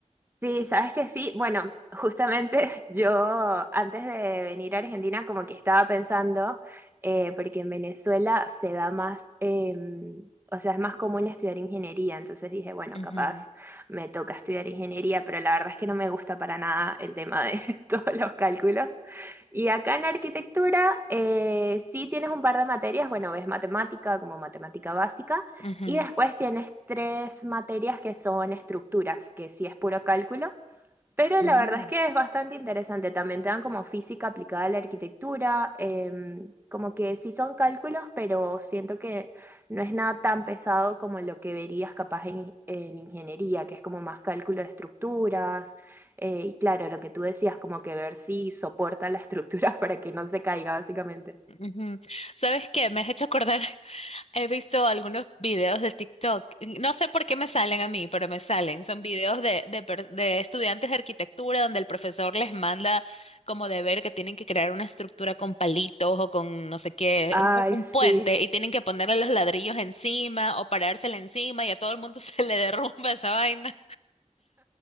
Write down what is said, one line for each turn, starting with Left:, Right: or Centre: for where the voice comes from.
Right: Sí, sabes que sí. Bueno, justamente <laughs> yo antes de venir a Argentina como que estaba pensando, eh, porque en Venezuela se da más, eh, o sea, es más común estudiar ingeniería, entonces dije, bueno,
Left: Ujú,
Right: capaz me toca estudiar ingeniería, pero la verdad es que no me gusta para nada el tema de <laughs> todos los cálculos. Y acá en arquitectura eh, sí tienes un par de materias, bueno, ves matemática como matemática básica.
Left: ujú,
Right: Y después tienes tres materias que son estructuras, que sí es puro cálculo, pero
Left: mm.
Right: la verdad es que es bastante interesante. También te dan como física aplicada a la arquitectura, em, como que sí son cálculos, pero siento que no es nada tan pesado como lo que verías capaz en, en ingeniería, que es como más cálculo de estructuras. eh, y claro, lo que tú decías, como que ver si soporta la estructura <laughs> para que no se caiga, básicamente.
Left: Ujú. ¿Sabes qué? Me has hecho acordar. <laughs> He visto algunos videos de TikTok. No sé por qué me salen a mí, pero me salen. Son videos de, de, per- de estudiantes de arquitectura donde el profesor les manda como deber que tienen que crear una estructura con palitos o con no sé qué,
Right: Ay,
Left: un, un
Right: sí.
Left: puente y tienen que ponerle los ladrillos encima o parársela encima y a todo el mundo <laughs> se le derrumba esa vaina.